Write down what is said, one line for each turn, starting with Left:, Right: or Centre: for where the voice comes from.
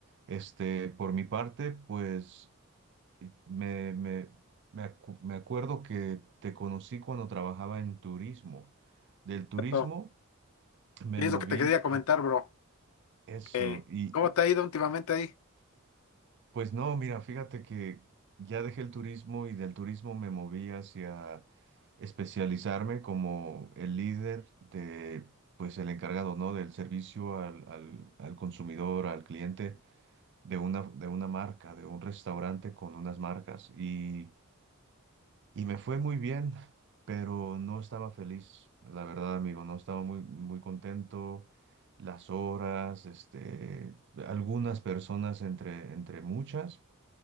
Right: Este, por mi parte, pues me, me, me acu- me acuerdo que te conocí cuando trabajaba en turismo. Del turismo
Left: Eso
Right: me
Left: es
Right: moví
Left: lo que te quería comentar, bro.
Right: Eso,
Left: Eh,
Right: y
Left: ¿cómo
Right: y,
Left: te ha ido últimamente ahí?
Right: pues no, mira, fíjate que ya dejé el turismo y del turismo me moví hacia especializarme como el líder de, pues el encargado, ¿no? Del servicio al, al, al consumidor, al cliente de una, de una marca, de un restaurante con unas marcas. Y Y me fue muy bien, pero no estaba feliz, la verdad, amigo, no estaba muy, muy contento. Las horas, este, algunas personas entre, entre muchas,